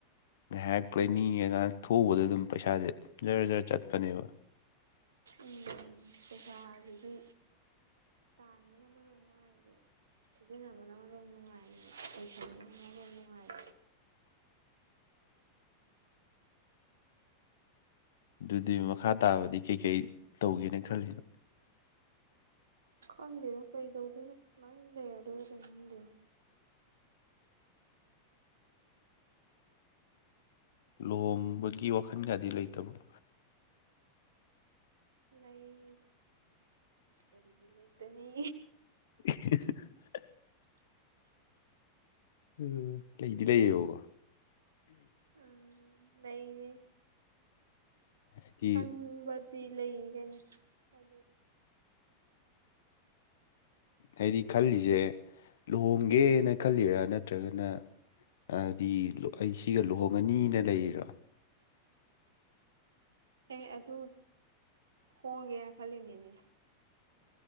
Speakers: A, on the left; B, on the right.
A: ꯉꯥꯏꯍꯥꯛ ꯀꯣꯏꯅꯤꯡꯉꯒꯥꯏꯅ ꯊꯣꯛꯎꯕꯗ ꯑꯗꯨꯝ ꯄꯩꯁꯥꯁꯦ ꯖꯔ ꯖꯔ ꯆꯠꯄꯅꯦꯕ
B: ꯎꯝ ꯄꯩꯁꯥꯁꯤꯗꯤ ꯇꯥꯟꯕꯅ ꯃꯔꯣ ꯋꯥꯏꯗ ꯁꯤꯖꯤꯟꯅꯕꯅꯃ ꯔꯣꯝ ꯅꯨꯡꯉꯥꯏ ꯄꯩꯁꯥꯅꯅꯃ ꯔꯣꯝ ꯅꯨꯡꯉꯥꯏ
A: ꯑꯗꯨꯗꯤ ꯃꯈꯥ ꯇꯥꯕꯗꯤ ꯀꯩꯀꯩ ꯇꯧꯒꯦꯅ ꯈꯜꯂꯤꯅꯣ
B: ꯈꯝꯗꯦꯅꯣ ꯀꯩꯗꯧꯗꯅ ꯃꯥꯏ ꯂꯩꯔ ꯑꯗꯨ ꯑꯗꯨ ꯀꯅꯗꯦꯣ
A: ꯂꯨꯍꯣꯡꯕꯒꯤ ꯋꯥꯈꯜ ꯀꯌꯥꯗꯤ ꯂꯩꯇꯕ꯭ꯔꯣ
B: ꯂꯩ ꯀꯔꯤꯒꯤ ꯂꯩꯇꯅꯤ
A: <unintelligible>
B: <unintelligible>
A: ꯎꯝ ꯂꯩꯗꯤ ꯂꯩꯌꯦꯕꯕ
B: ꯎꯝ ꯂꯩꯩꯅꯦ
A: ꯍꯥꯏꯗꯤ
B: ꯈꯟꯕꯗꯤ ꯂꯩ ꯀꯩꯅꯣ ꯍꯥꯏꯗꯤ
A: ꯍꯥꯏꯗꯤ ꯈꯜꯂꯤꯁꯦ ꯂꯨꯍꯣꯡꯒꯦꯅ ꯈꯜꯂꯤꯔꯥ ꯅꯠꯇ꯭ꯔꯒꯅ ꯍꯥꯏꯗꯤ ꯑꯩ ꯁꯤꯒ ꯂꯨꯍꯣꯡꯉꯅꯤꯅ ꯂꯩꯔꯤꯔꯣ
B: ꯑꯦ ꯑꯗꯨ ꯍꯣꯡꯒꯦꯅ ꯈꯜꯂꯤꯅꯦꯅꯦ